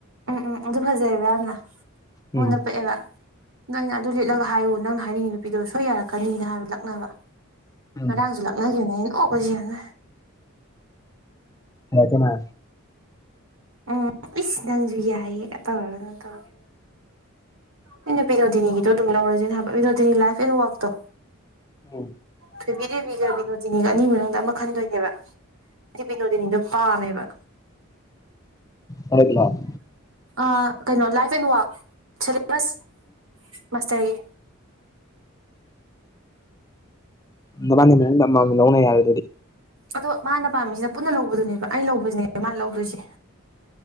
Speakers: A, on the right; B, on the left.
A: ꯎꯝ ꯎꯝ ꯑꯗꯨ ꯐꯖꯩꯑꯕ ꯌꯥꯝꯅ ꯃꯑꯣꯟꯗ
B: ꯎꯝ
A: ꯄꯥꯛꯑꯦꯕ꯫ ꯅꯪ ꯑꯗꯨ ꯂꯤꯠꯂꯒ ꯍꯥꯏꯌꯨ ꯅꯪꯅ ꯍꯥꯏꯅꯤꯡꯉꯤ ꯅꯨꯄꯤꯗꯣ ꯁꯣꯏ ꯌꯥꯔꯛꯀꯅꯤꯅ ꯍꯥꯏꯕ ꯂꯛꯅꯕ
B: ꯎꯝ
A: ꯉꯔꯥꯡꯁꯨ ꯂꯛ꯫ <unintelligible>
B: ꯍ ꯀ ꯃꯥ꯫
A: ꯎꯝ ꯏꯁꯁꯅꯪꯁꯨ ꯌꯥꯏꯑꯦꯒ ꯇꯧꯔꯒ ꯅꯪ ꯇꯧꯔꯒꯦ꯫ ꯑꯩꯅ ꯕꯤꯅꯣꯗꯤꯅꯤꯒꯤꯗꯣ ꯑꯗꯨꯝ ꯂꯧꯔꯁꯤꯅ ꯍꯥꯏꯕ ꯕꯤꯅꯣꯗꯤꯅꯤ ꯂꯥꯏꯐ ꯑꯦꯟ ꯋꯥꯛꯇꯣ꯫
B: ꯎꯝ
A: ꯊꯣꯏꯕꯤꯗꯦꯕꯤꯒ ꯕꯤꯅꯣꯗꯤꯅꯤꯒ ꯑꯅꯤ ꯃꯅꯨꯡꯗ ꯑꯃ ꯈꯟꯗꯣꯏꯅꯦꯕ꯫ ꯑꯩ ꯕꯤꯅꯣꯗꯤꯅꯤꯗꯣ ꯄꯥꯝꯃꯦꯕ꯫
B: ꯍꯣ <unintelligible>
A: ꯑ ꯀꯩꯅꯣ ꯂꯥꯏꯐ ꯑꯦꯟ ꯋꯥꯛ ꯁꯦꯂꯦꯕꯁ ꯃꯥꯁꯇꯔꯒꯤ꯫
B: ꯅꯕꯥꯅꯤ ꯃꯅꯨꯡꯗ ꯑꯃꯃꯝ ꯂꯧꯅ ꯌꯥꯔꯦ ꯑꯗꯨꯗꯤ꯫
A: ꯑꯗꯣ ꯃꯥꯅ ꯄꯥꯝꯃꯤꯁꯤꯅ ꯄꯨꯟꯅ ꯂꯧꯕꯗꯨꯅꯦꯕ ꯑꯩꯅ ꯂꯧꯕꯁꯤꯅꯦꯕ ꯃꯥ ꯂꯧꯗꯣꯏꯁꯦ꯫